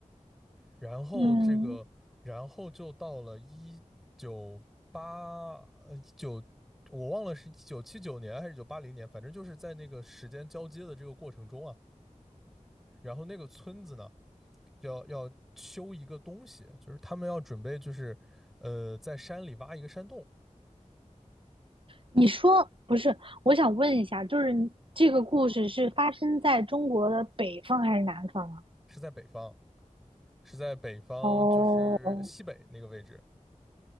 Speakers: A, in the centre; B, on the right.
A: 然后这个，
B: 嗯，
A: 然后就到了一九八呃一九，我忘了是一九七九年还是一九八零年，反正就是在那个时间交接的这个过程中啊，然后那个村子呢要要修一个东西，就是他们要准备就是呃在山里挖一个山洞，
B: 你说不是？我想问一下，就是你这个故事是发生在中国的北方还是南方啊？
A: 是在北方，是在北方就是西北那个位置，
B: 哦，